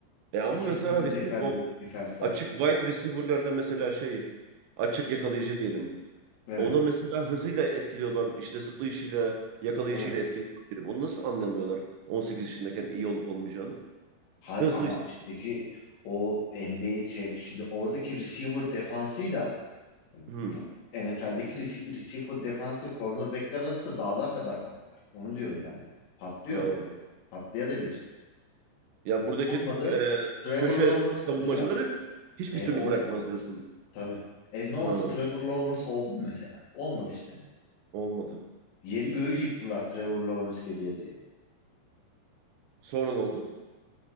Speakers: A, on the right; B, on the left.
A: E ama
B: secondary
A: mesela receive,
B: defend,
A: o
B: defense'ler.
A: açık wide receiver'larda mesela şey açık yakalayıcı diyelim.
B: Evet.
A: Ona mesela hızıyla etkili olan işte zıplayışıyla yakalayışıyla
B: Tabii.
A: etkili olan biri. Onu nasıl anlamıyorlar 18 yaşındayken iyi olup olmayacağını?
B: Hay
A: Hızlıysa.
B: ama üstteki o NBA şey şimdi oradaki receiver defansıyla
A: Hı.
B: Bu NFL'deki rece- receiver defansı cornerbackler arasında dağlar kadar fark var. Onu diyorum ben de. Patlıyor.
A: Ha.
B: Patlayabilir.
A: Ya buradaki
B: Olmadı.
A: e,
B: Trevor
A: köşe
B: Lawrence
A: savunmacıları
B: mesela.
A: hiçbir
B: E,
A: türlü
B: oldu.
A: bırakmaz diyorsun.
B: Tabii. E, ne oldu?
A: Ha.
B: Trevor Lawrence oldu mu mesela? Olmadı işte.
A: Olmadı.
B: Yeri göğü yıktılar Trevor Lawrence geliyor diye.
A: Sonra ne oldu?